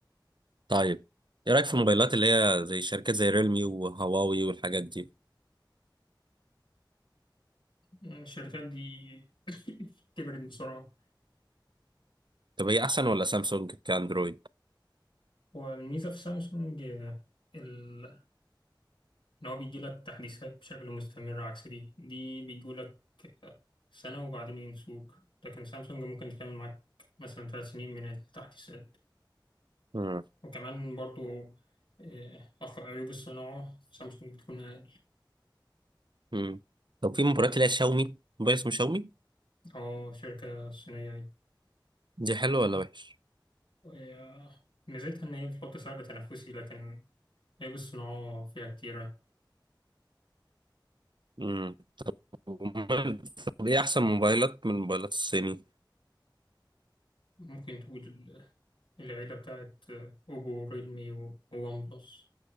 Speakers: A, on the right; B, on the left.
A: طيب ايه رايك في الموبايلات اللي هي زي شركات زي ريلمي وهواوي والحاجات دي
B: آه، الشركات دي <laughs> كبرت بسرعة
A: طب هي احسن ولا سامسونج كاندرويد
B: هو الميزة في سامسونج آه، ال... إن هو بيجيلك تحديثات بشكل مستمر عكس دي دي بيجولك آه، سنة وبعدين ينسوك لكن سامسونج ممكن تكمل معاك مثلا ثلاث سنين من التحديثات
A: امم
B: وكمان برضو آه، أخ- عيوب الصناعة في سامسونج بتكون أقل
A: امم طب في موبايلات اللي هي شاومي موبايل اسمه شاومي
B: اه شركة صينية دي
A: دي حلوه ولا وحش
B: وهي- ميزتها إن هي بتحط سعر تنافسي لكن عيوب الصناعة فيها كتيرة
A: امم وموبايل- طب ايه احسن موبايلات من موبايلات الصيني
B: ممكن تقول العيلة بتاعت أوبو ريلمي وون بلس